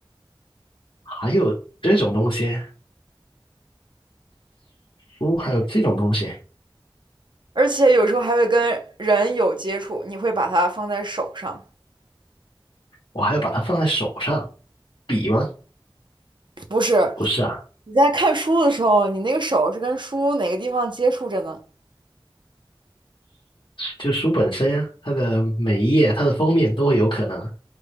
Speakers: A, on the left; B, on the right.
A: 还有这种东西，书还有这种东西，
B: 而且有时候还会跟人有接触。你会把它放在手上，
A: 我还要把它放在手上。笔吗？
B: 不是？
A: 不是啊，
B: 你在看书的时候，你那个手是跟书哪个地方接触着呢？
A: 就书本身呀、它的每一页、它的封面都会有可能啊